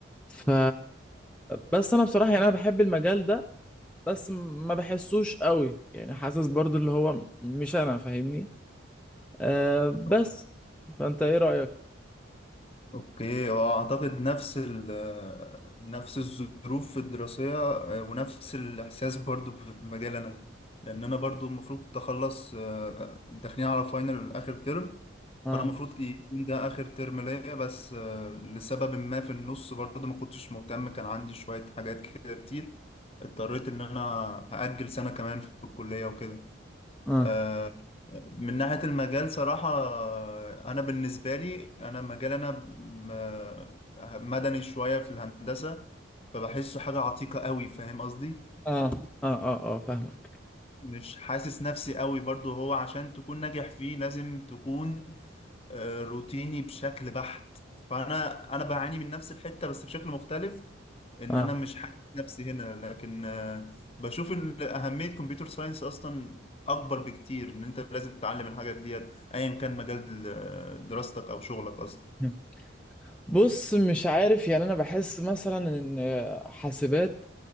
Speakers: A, in the centre; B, on the left (about 30°).
A: ف بس انا بصراحة يعني انا بحب المجال ده بس ما بحسوش قوي يعني حاسس برضو اللي هو مش انا فاهمني أه بس
B: أو-
A: فانت ايه رأيك؟
B: اوكي هو اعتقد نفس ال نفس الظروف الدراسية آه، ونفس الاحساس برضو في مجال انا لان انا برضو المفروض كنت اخلص آه، داخلين على فاينل اخر ترم
A: اه
B: فانا المفروض يكون ده اخر ترم ليا بس آه، لسبب ما في النص برضو ما كنتش مهتم كان عندي شوية حاجات كده كتير اضطريت ان انا هأجل سنة كمان في الكلية وكده
A: اه
B: آه، من ناحية المجال صراحة آه، أنا بالنسبة لي أنا مجال أنا م- آه، مدني شوية في الهندسة فبحسه حاجة عتيقة قوي فاهم قصدي
A: اه اه اه اه فاهمك
B: مش حاسس نفسي قوي برضو هو عشان تكون ناجح فيه لازم تكون آه، روتيني بشكل بحت فانا انا بعاني من نفس الحتة بس بشكل مختلف ان
A: اه
B: انا مش حاسس نفسي هنا لكن آه، بشوف ال- اهمية كمبيوتر ساينس اصلا اكبر بكتير ان انت لازم تتعلم الحاجات ديت ايا كان مجال دل- دراستك او شغلك اصلا
A: مم. بص مش عارف يعني انا بحس مثلا ان آه، حاسبات